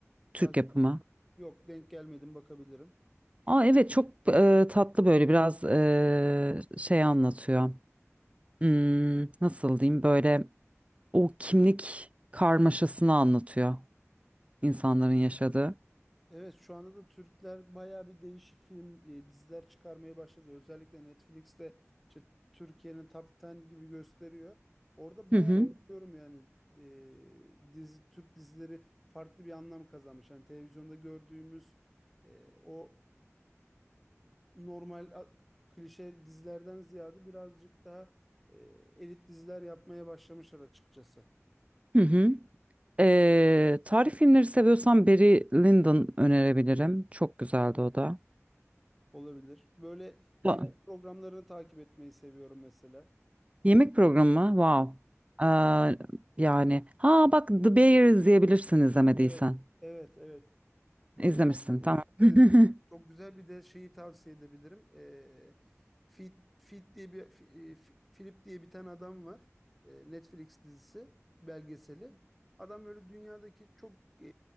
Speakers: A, on the right; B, in the centre.
A: Türk
B: Takip-
A: yapımı.
B: Yok denk gelmedim bakabilirim.
A: Aa evet çok e, tatlı böyle biraz e, şey anlatıyor. Hmm, nasıl diyeyim böyle o kimlik karmaşasını anlatıyor insanların yaşadığı.
B: Evet şu anda da Türkler bayağı bir değişik film e, diziler çıkarmaya başladı. Özellikle Netflix'te işte Türkiye'nin Top 10 gibi gösteriyor. Orada bayağı
A: Hı hı.
B: diyorum yani e, dizi Türk dizileri farklı bir anlam kazanmış. Yani televizyonda gördüğümüz e, o normal a- klişe dizilerden ziyade birazcık daha e, elit diziler yapmaya başlamışlar açıkçası.
A: Hı hı. Ee, tarih filmleri seviyorsan Barry Lyndon önerebilirim. Çok güzeldi o da.
B: Olabilir. Böyle
A: Ba-
B: yemek programlarını takip etmeyi seviyorum mesela.
A: Yemek programı wow. Ee, yani ha bak The Bear izleyebilirsin izlemediysen.
B: Evet, evet, evet. Evet,
A: İzlemişsin tamam. <laughs>
B: dedi. çok güzel bir de şeyi tavsiye edebilirim. Ee, Fit, Fit diye bir Fi- e, Fi- Philip diye bir tane adam var. Ee, Netflix dizisi, belgeseli. Adam böyle dünyadaki çok e,